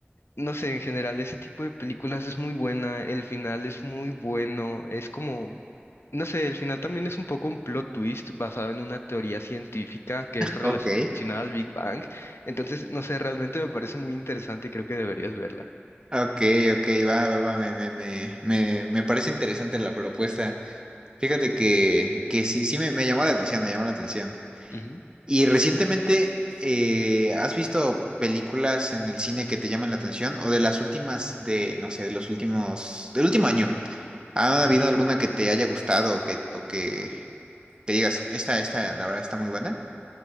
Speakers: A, on the left; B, on the right.
A: no sé, en general ese tipo de películas es muy buena, el final es muy bueno, es como, no sé, el final también es un poco un plot twist basado en una teoría científica que es relacionada
B: ok,
A: al Big Bang, entonces, no sé, realmente me parece muy interesante y creo que deberías verla.
B: ok, ok, va, va, va, me, me, me, me, me parece interesante la propuesta. Fíjate que, que sí, sí me, me llamó la atención, me llamó la atención.
A: Ujú,
B: Y recientemente, eh, ¿has visto películas en el cine que te llaman la atención? O de las últimas de, no sé, de los últimos, del último año. ¿Ha habido
A: ujú.
B: alguna que te haya gustado o que, o que te digas, esta, esta, la verdad está muy buena?